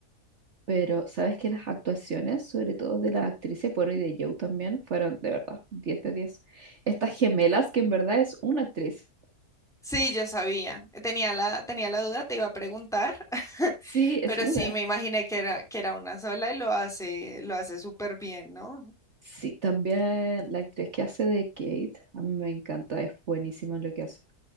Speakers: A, on the right; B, in the centre.
A: pero sabes que las actuaciones, sobre todo de las actrices, bueno, y de Joe también, fueron de verdad diez de diez Estas gemelas que en verdad es una actriz.
B: sí, yo sabía. Tenía la, tenía la duda, te iba a preguntar, <laughs>
A: Sí, es
B: pero
A: una.
B: sí, me imaginé que era, que era una sola y lo hace, lo hace súper bien, ¿no?
A: Sí, también la actriz que hace de Kate, a mí me encanta, es buenísima en lo que hace.